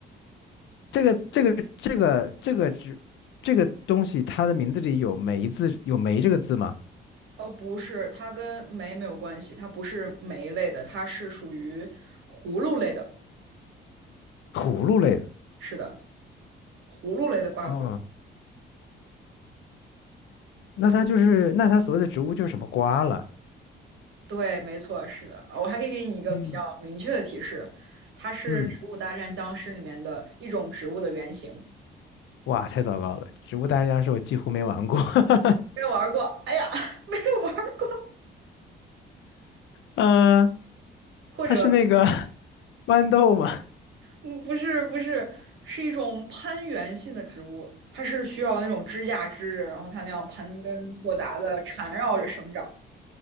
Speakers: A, on the left (about 70°); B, on the right (about 75°).
A: 这个这个这个这个植这个东西，它的名字里有梅字，有梅这个字吗？
B: 呃，不是，它跟酶没有关系，它不是酶类的，它是属于葫芦类的。
A: 葫芦类的。
B: 是的，葫芦类的瓜果。
A: 哦，那它就是那它所谓的植物就是什么瓜了。
B: 对，没错，是的。啊我还可以给你一个比较明确的提示，
A: 嗯，
B: 它是《植物大战僵尸》里面的一种植物的原型。
A: 嗯，哇，太糟糕了！植物大战僵尸我几乎没玩过。<laughs>
B: 没有玩儿过，哎呀，<laughs> 没有玩儿过。
A: 呃，
B: 或者，
A: 它是那个 <laughs> 豌豆吗？
B: 嗯，不是，不是，是一种攀援性的植物，它是需要那种支架支着，然后它那样盘根错杂的缠绕着生长。